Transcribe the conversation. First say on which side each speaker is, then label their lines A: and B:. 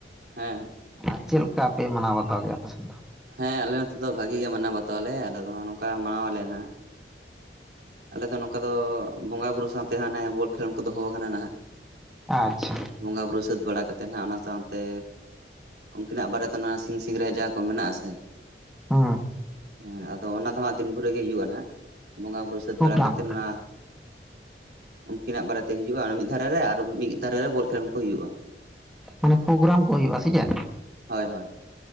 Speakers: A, on the right; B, in the centre.
A: ᱦᱮᱸ
B: ᱟᱨ ᱪᱮᱫ ᱞᱮᱠᱟ ᱯᱮ ᱢᱟᱱᱟᱣ ᱵᱟᱛᱟᱣ ᱜᱮᱭᱟ ᱟᱯᱮ ᱥᱮᱱ ᱫᱚ᱾
A: ᱦᱮᱸ ᱟᱞᱮ ᱱᱚᱛᱮ ᱫᱚ ᱵᱷᱟᱜᱤ ᱜᱮ ᱢᱟᱱᱟᱣ ᱵᱟᱛᱟᱣᱟᱞᱮ ᱟᱞᱮ ᱫᱚ ᱱᱚᱝᱠᱟ ᱢᱟᱱᱟᱣᱟᱞᱮ ᱦᱟᱸᱜ᱾ ᱟᱞᱮ ᱫᱚ ᱱᱚᱝᱠᱟ ᱫᱚ ᱵᱚᱸᱜᱟ ᱵᱩᱨᱩ- ᱥᱟᱶᱛᱮ ᱦᱟᱱᱮ ᱵᱚᱞ ᱠᱷᱮᱞᱳᱰ ᱠᱚ ᱫᱚᱦᱚ ᱠᱟᱱᱟ ᱱᱟᱦᱟᱜ᱾
B: ᱟᱪᱪᱷᱟ
A: ᱵᱚᱸᱜᱟ ᱵᱩᱨᱩ ᱥᱟᱹᱛ ᱵᱟᱲᱟ ᱠᱟᱛᱮ ᱱᱟᱜ ᱚᱱᱟ ᱥᱟᱶ- ᱛᱮ ᱩᱱᱠᱤᱱᱟᱜ ᱵᱟᱨᱮᱛᱮ ᱱᱚᱣᱟ ᱥᱤᱧ ᱥᱤᱝᱨᱟᱹᱭ ᱡᱟ ᱠᱚ ᱢᱮᱱᱟᱜ ᱟᱥᱮ᱾
B: ᱦᱩᱸ
A: ᱦᱮᱸ ᱟᱫᱚ ᱚᱱᱟ ᱫᱚ ᱦᱟᱸᱜ ᱫᱤᱱ ᱵᱷᱳᱨᱮ ᱜᱮ ᱦᱩᱭᱩᱜ-ᱟ ᱱᱟᱦᱟᱜ ᱵᱚᱸᱜᱟ ᱵᱩᱨᱩ ᱥᱟᱹᱛ-
B: ᱯᱨᱳᱜᱨᱟᱢ
A: ᱵᱟᱲᱟ ᱠᱟᱛᱮᱫ ᱚᱱᱟ᱾ ᱩᱱᱠᱤᱱᱟᱜ ᱵᱟᱨᱮᱛᱮ ᱦᱤᱡᱩᱜ-ᱟ, ᱚᱱᱟ ᱢᱤᱫ ᱫᱷᱟᱨᱮ ᱨᱮ ᱟᱨ ᱢᱤᱫ ᱫᱷᱟᱨᱮ ᱨᱮ ᱵᱚᱞ ᱠᱷᱮᱞᱚᱱ ᱠᱚ ᱦᱩᱭᱩᱜ-ᱟ᱾
B: ᱢᱟᱱᱮ ᱯᱨᱳᱜᱨᱟᱢ ᱠᱚ ᱦᱩᱭᱩᱜ-ᱟ ᱥᱮ ᱪᱮᱫ?
A: ᱦᱳᱭ ᱦᱳᱭ᱾